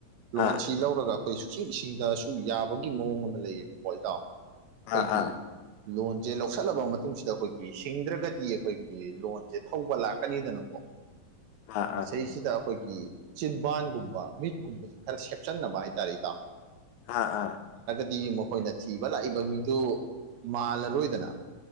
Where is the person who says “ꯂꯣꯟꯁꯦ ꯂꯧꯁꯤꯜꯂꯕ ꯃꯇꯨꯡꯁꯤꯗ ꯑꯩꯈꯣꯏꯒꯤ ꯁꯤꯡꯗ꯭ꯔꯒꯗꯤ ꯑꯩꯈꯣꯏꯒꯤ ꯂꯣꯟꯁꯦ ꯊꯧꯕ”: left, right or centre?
Right